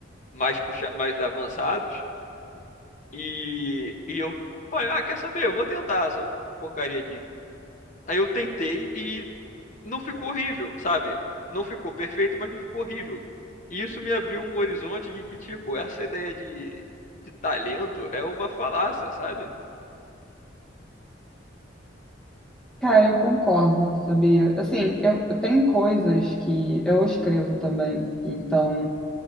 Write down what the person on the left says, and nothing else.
mais puxa, mais avançados, e, e eu falei, ah, quer saber? Eu vou tentar essa porcaria aqui. Aí eu tentei e não ficou horrível, sabe? Não ficou perfeito, mas não ficou horrível. E isso me abriu um horizonte de que, tipo, essa ideia de, de talento é uma falácia, sabe?